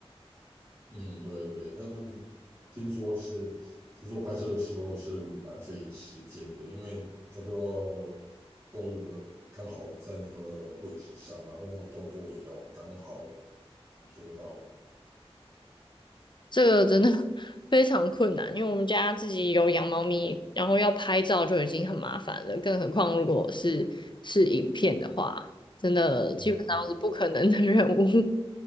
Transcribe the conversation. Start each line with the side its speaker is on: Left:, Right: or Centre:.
Right: 嗯，对对，但是听说是，听说拍摄的时候是蛮费时间的，因为他都要动物的刚好在那个位置上，然后那个动作也要刚好捕捉到。
Left: 这个真的 <laughs> 非常困难，因为我们家自己有养猫咪，然后要拍照就已经很麻烦了，更何况如果是是影片的话，真的基本上是不可能的任务。
Right: 嗯嗯
Left: <laughs>